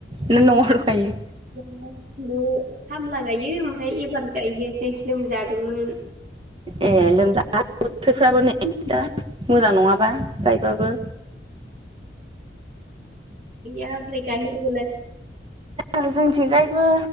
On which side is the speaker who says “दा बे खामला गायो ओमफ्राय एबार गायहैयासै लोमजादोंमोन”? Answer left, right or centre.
Right